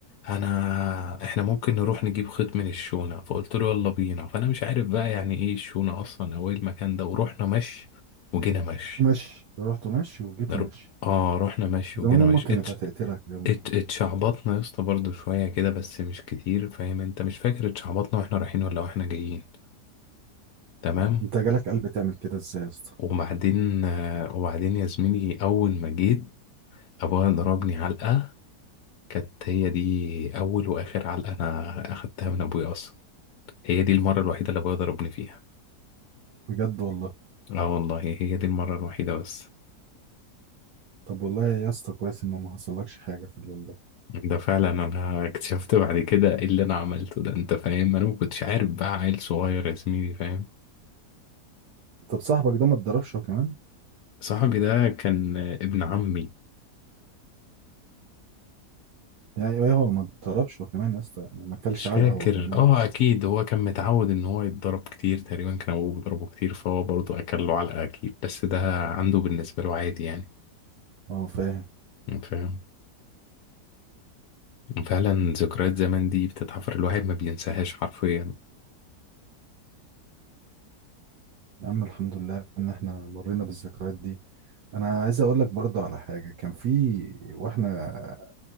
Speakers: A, on the left; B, on the right.
A: انا احنا ممكن نروح نجيب خيط من الشونة فقلت له يلا بينا فانا مش عارف بقى يعني ايه الشونة اصلا او ايه المكان ده ورحنا مشي وجينا مشي
B: رحت ماشي رحت ماشي وجيت
A: نرو...
B: ماشي
A: اه رحنا مشي
B: زمان
A: وجينا
B: امك
A: مشي
B: كانت
A: ات...
B: هتقتلك اليوم
A: ات...
B: ده
A: اتشعبطنا يا اسطى برضه شوية كده بس مش كتير فاهم انت مش فاكر اتشعبطنا واحنا رايحين ولا واحنا جايين تمام
B: انت جالك قلب تعمل كده ازاي يا اسطى
A: وبعدين آه، وبعدين يا زميلي اول ما جيت ابويا ضربني
B: مم.
A: علقة كانت هي دي أول وآخر علقة أنا أخدتها من أبويا أصلا هي دي المرة الوحيدة اللي أبويا ضربني فيها
B: بجد والله
A: آه والله هي دي المرة الوحيدة بس
B: طب والله يا اسطى كويس ان ما حصلكش حاجه في اليوم ده
A: ده فعلا أنا اكتشفت بعد كده إيه اللي أنا عملته ده أنت فاهم أنا ما كنتش عارف بقى عيل صغير يا زميلي فاهم
B: طب صاحبك ده ما اتضربش هو كمان
A: صاحبي ده كان ابن عمي
B: يعني ايه هو ما اتضربش هو كمان يا اسطى يعني ما اكلش
A: مش
B: علقه
A: فاكر
B: هو كمان
A: اه اكيد هو كان متعود ان هو يتضرب كتير تقريبا كان ابوه بيضربه كتير فهو برضه اكل له علقه اكيد بس ده عنده بالنسبه له عادي يعني
B: اه فاهم
A: فاهم فعلا ذكريات زمان دي بتتحفر الواحد ما بينساهاش حرفيا
B: يا عم الحمد لله ان احنا مرينا بالذكريات دي انا عايز اقول لك برضو على حاجه كان في واحنا